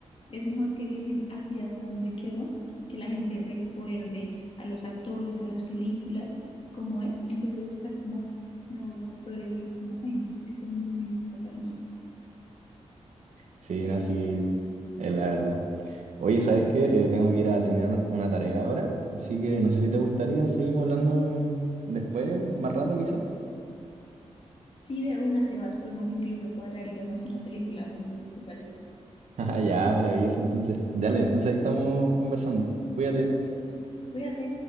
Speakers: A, on the left; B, on the right.
A: Es mejor que dejen así hasta donde quedó, que la gente recuerde a los actores, a las películas, como es, en vez de buscar como nuevos actores y como, ay no, eso no me gusta para nada.
B: Sí, no, sí, es la verdad. Oye, ¿sabes qué? Eh, tengo que ir a terminar una, una tarea ahora, así que no sé si te gustaría, seguimos hablando en- después, más rato quizá.
A: Sí, de una, Sebas, podemos incluso cuadrar y vemos una película juntos, si te parece.
B: <laughs> Ya, maravilloso, entonces. Dale, entonces ahí estamos conversando. Cuídate.
A: Cuídate.